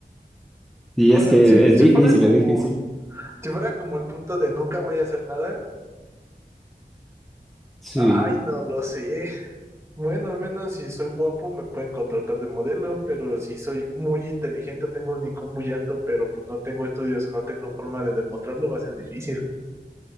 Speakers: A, in the centre; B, on the right.
A: Y
B: Bueno,
A: es que
B: si,
A: es
B: si
A: difícil,
B: fuera como,
A: es difícil.
B: si fuera como el punto de nunca voy a hacer nada,
A: Sí.
B: ay, no lo sé. Bueno, al menos si soy guapo me pueden contratar de modelo, pero si soy muy inteligente, tengo un IQ muy alto, pero pues no tengo estudios o no tengo forma de demostrarlo, va a ser difícil.